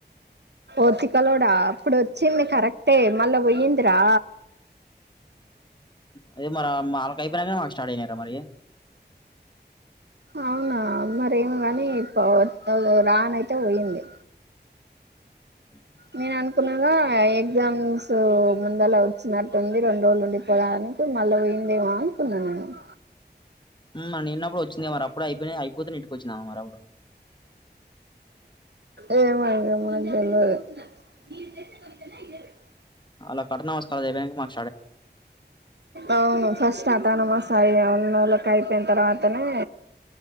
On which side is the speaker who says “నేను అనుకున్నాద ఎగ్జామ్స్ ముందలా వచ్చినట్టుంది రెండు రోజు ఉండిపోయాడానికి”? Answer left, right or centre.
Right